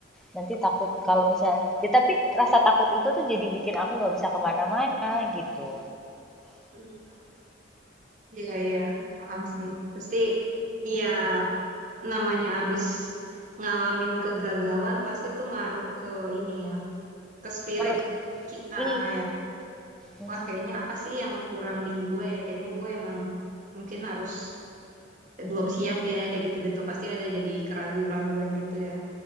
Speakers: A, in the centre; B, on the right (about 40°).
A: Nanti takut kalau misalnya, ya tapi rasa takut itu tuh jadi bikin aku nggak bisa kemana-mana gitu.
B: ya. Iya, iya, paham sih. Pasti, iya, namanya abis ngalamin kegagalan, pasti tuh ngaruh ke ini ya, ke spirit
A: Terus,
B: kita.
A: i,
B: Kayak,
A: Mm-mm.
B: wah kayaknya apa sih yang kurang di gue ya? Kayaknya gue emang mungkin harus belum siap ya, kayak gitu-gitu. Pasti ada jadi keraguan keraguan gitu ya.